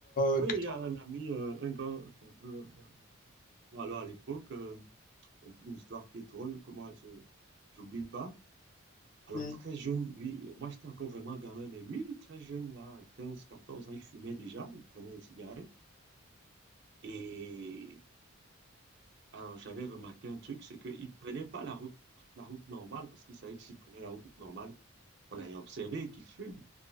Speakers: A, on the right; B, on the left.
A: Oui,
B: euh, que
A: il
B: t'as-
A: y a un ami, euh, un gars, enfin, un- un- un- alors à l'époque, euh, c'est un peu une histoire qui est drôle, que moi, je n'oublie pas. Alors,
B: Hmm,
A: très jeune, lui, moi, j'étais encore vraiment gamin, mais lui, très jeune, là, 15, 14 ans, il fumait déjà, il prenait des cigarettes. Et alors, j'avais remarqué un truc, c'est qu'il ne prenait pas la route, la route normale, parce qu'il savait que s'il prenait la route normale, on allait observer qu'il fume.